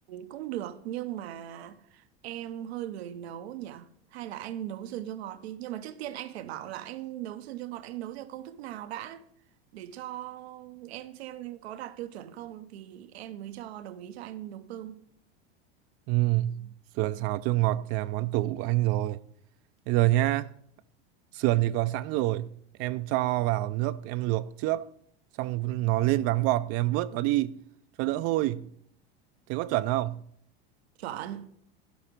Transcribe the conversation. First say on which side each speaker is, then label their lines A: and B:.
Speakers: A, on the right; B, on the right.
A: cũng được nhưng mà em hơi lười nấu nhỉ hay là anh nấu sườn cho ngọt đi nhưng mà trước tiên anh phải bảo là anh nấu sườn cho ngọt anh nấu theo công thức nào đã để cho em xem có đạt tiêu chuẩn không thì em mới cho đồng ý cho anh nấu cơm
B: Ừ Sườn xào chua ngọt thì là món tủ của anh rồi Bây giờ nhá Sườn thì có sẵn rồi Em cho vào nước em luộc trước Xong nó lên váng bọt thì em vớt nó đi Cho đỡ hôi Thế có chuẩn không?
A: chuẩn